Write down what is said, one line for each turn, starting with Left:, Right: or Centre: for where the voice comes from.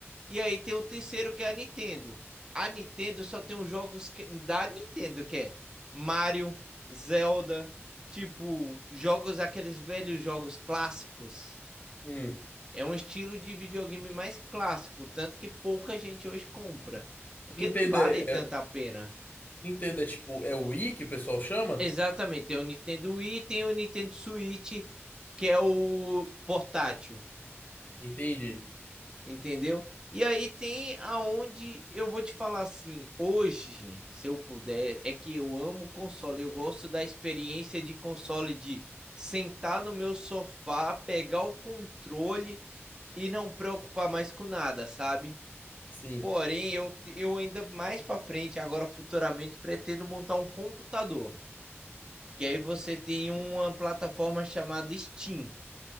Right: E aí tem o terceiro, que é a Nintendo. A Nintendo só tem os jogos que- da Nintendo, que é Mario, Zelda, tipo, jogos, aqueles velhos jogos clássicos.
Left: Hum.
Right: É um estilo de videogame mais clássico, tanto que pouca gente hoje compra, porque
Left: Nintendo
Right: não vale
Left: é,
Right: tanta
Left: é-
Right: pena.
Left: Nintendo é tipo, é o Wii que o pessoal chama?
Right: Exatamente, tem o Nintendo Wii, tem o Nintendo Switch, que é o portátil.
Left: Entendi.
Right: Entendeu? E aí tem aonde eu vou te falar assim, hoje, gente, se eu puder, é que eu amo console, eu gosto da experiência de console de sentar no meu sofá, pegar o controle e não preocupar mais com nada, sabe?
Left: Sim.
Right: Porém, eu, eu ainda mais para frente, agora futuramente, pretendo montar um computador, que aí você tem uma plataforma chamada Steam.